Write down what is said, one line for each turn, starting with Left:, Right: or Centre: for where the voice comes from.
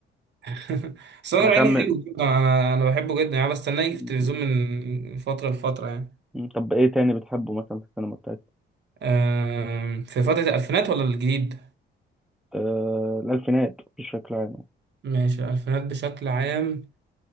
Right: <laughs> سمير
Centre: عشان
Right: عيني حلو جدا انا انا بحبه جدا يعني بستناه يجي
Centre: م-
Right: في التلفزيون من فتره لفتره يعني
Centre: مم، طب إيه تاني بتحبه مثلا في السينما بتاعتك؟
Right: آم، في فتره الالفينات ولا الجديد
Centre: آه الألفينات بشكل عام
Right: ماشي الالفينات بشكل عام